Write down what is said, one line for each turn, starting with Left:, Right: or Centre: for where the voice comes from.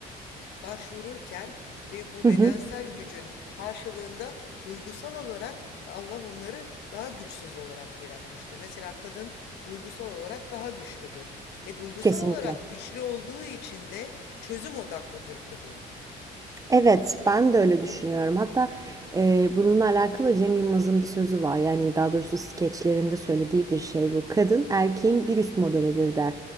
Left: başvururken ve bu
Right: Hı
Left: bedensel
Right: hı.
Left: gücün karşılığında duygusal olarak Allah onları daha güçsüz olarak yaratmıştır. Mesela kadın duygusal olarak daha güçlüdür ve duygusal
Right: Kesinlikle.
Left: olarak güçlü olduğu için de çözüm odaklıdır kadın.
Right: Evet, ben de öyle düşünüyorum. Hatta eee, bununla alakalı Cem Yılmaz'ın bir sözü var. Yani daha doğrusu skeçlerinde söylediği bir şey bu. Kadın erkeğin bir üst modelidir der.